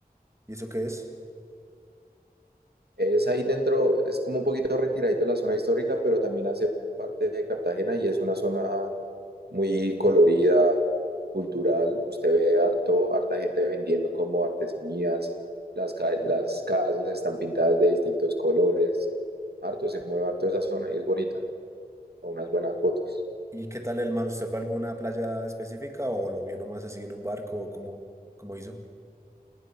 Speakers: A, on the right; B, on the right.
A: ¿Y eso qué es?
B: Es ahí dentro, es como un poquito retiradito la zona histórica, pero también hace parte de Cartagena y es una zona muy colorida, cultural. Usted ve harto, harta gente vendiendo como artesanías, las, ca- las casas están pintadas de distintos colores. Harto, se mueve harto esa zona y es bonita, con unas buenas fotos.
A: ¿Y qué tal el mar? ¿Usted fue a alguna playa específica o lo vio nomás así en un barco o cómo, cómo hizo?